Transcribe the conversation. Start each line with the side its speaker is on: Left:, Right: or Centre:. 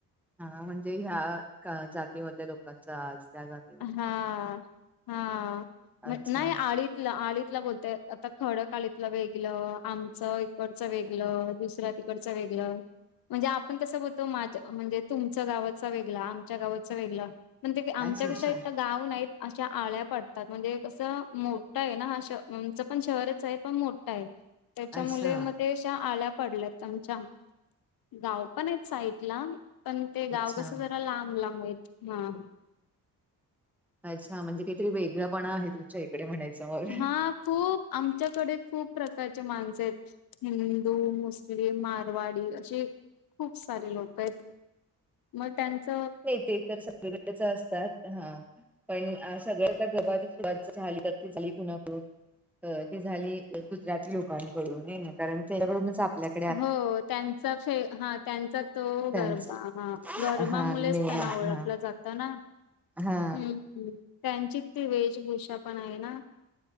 Centre: हा म्हणजे ह्या जातीमधल्या लोकांच आज त्या जाती
Left: हा हा म
Centre: अच्छा
Left: नाही आळी आलीतला बोलतय आता खडक आळीतलं वेगल आमचं इकडचं वेगल दुसऱ्या त इकडच वेगलं म्हणजे आपण तसं बोलतो माझ म्हणजे तुमच गावाचा वेगळा आमच्या गावाच वेगळ पण ते
Centre: अच्छा
Left: कशा
Centre: अच्छा
Left: एक तर गाव नाहीत अशा आळ्या पडतात म्हणजे कसं मोठं आहे ना हा श आमचं पण शहरच आहे पण मो. त्याच्या
Centre: अच्छा
Left: मुले म त्या आळ्या पडल्यात आच्या गाव पण आहेत साईडला. पण ते गाव
Centre: अच्छा
Left: कसं जरा लांब लांब आहेत हा.
Centre: अच्छा म्हणजे काहीतरी वेगळंपणा आहे तुमच्या इकडे म्हणायचं मग
Left: हा खूप आमच्याकडे खूप प्रकारचे माणसे आहेत. हिंदू मुस्लिम मारवाडी असे खूप सारे लोक आहेत. मग त्यांच
Centre: नाही ते तर सगळीकच असतात हा पण सगळ तर गबा सुरवात झाली. ली कुणाकून ती झाली गुजराती लोकांनकडून हे ना कारण त्याच्याकडूनच आपल्यात
Left: हो त्यांचा खेळ हा, त्यांचा तो
Centre: त्यांच
Left: गळ, गरमा
Centre: हा
Left: मुळेच
Centre: मेन
Left: त्यांना
Centre: आहे
Left: ओळखलत.
Centre: हा.
Left: जाताना,
Centre: हा
Left: हम्म हम त्यांची ती वेशभूषा पण आहे ना